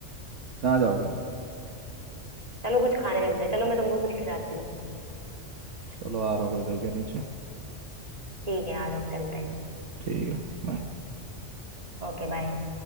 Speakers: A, on the right; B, on the right.
A: कहाँ जाओगे
B: चलो कुछ खाने चलते हैं चलो मैं तुमको कुछ खिलाती हूँ
A: चलो आ रहा हूँ घर के नीचे
B: ठीक है आ जाओ चलते हैं
A: ठीक है bye।
B: Okay bye